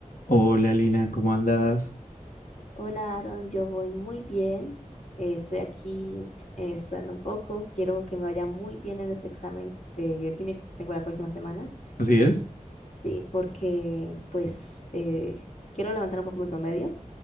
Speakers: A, on the left; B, on the left.
A: Hola Lina, ¿cómo andas?
B: Hola Aaron, yo voy muy bien. Eh, estoy aquí eh, estudiando un poco. Quiero que me vaya muy bien en este examen de bioquímica que tengo la próxima semana.
A: ¿Así es?
B: Sí, porque pues eh, quiero levantar un poco mi promedio